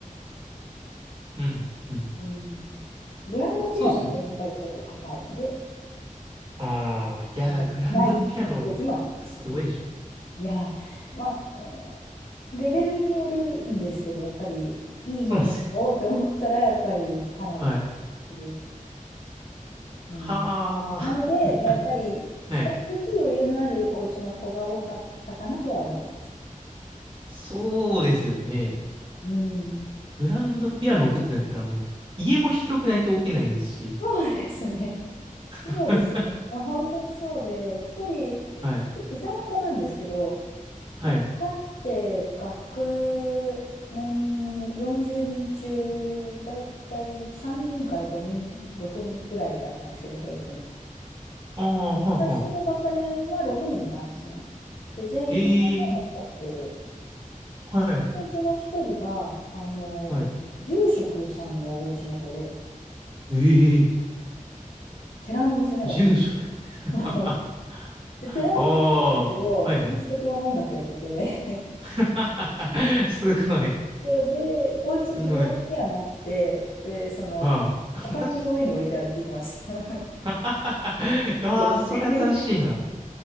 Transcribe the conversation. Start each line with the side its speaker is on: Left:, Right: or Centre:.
Right: うんうん。うん。
Left: うん。グランドピアノがやっぱりちょっと高いので、
Right: そうですよね。ああ、いやー、
Left: そのないお家もあるとか。
Right: グランドピアノ、すごいでしょ。
Left: いやー、まあ、うん、レベルによるんですけど、やっぱりいいものをって思ったら、
Right: そうなんですよ。
Left: やっぱりかなりのする。
Right: はい。はあ。
Left: うん、なので、まあ、やっぱり比較的余裕のあるお家の子が多かったかなとは思います。
Right: はい。そうですよね。
Left: うん。
Right: グランドピアノ置くってなったらもう、家も広くないと置けないですし。
Left: そうですね。
Right: <laughs>
Left: そうですね。いや、本当にそうで、一人、
Right: はい。
Left: 歌の子なんですけど、
Right: はい。
Left: だって学年に40人中、だいたい3人から5人、6人ぐらいだったんですけど、平均。
Right: ああ、はあはあ。
Left: 私の学年は6人いたんですね。で、全員女の子で、
Right: ええ、はい。
Left: そのうちの一人が、あの、
Right: はい。
Left: 住職さんのお家の子で、
Right: ええ、
Left: 寺の娘だった。
Right: 住職。<laughs>
Left: <laughs>
Right: あ
Left: ベテランだけど、
Right: あ、はいはい
Left: キリスト教の音楽やってて、
Right: <laughs> すごい。
Left: <laughs> そうで、お家にグランドピアノあって、
Right: すごい。
Left: で、その、
Right: はあ。<laughs>
Left: 畳の上に置いてあるって言ってました。
Right: マジで。
Left: <laughs>
Right: <laughs> ああ、
Left: それ
Right: それ新しいな。
Left: <laughs>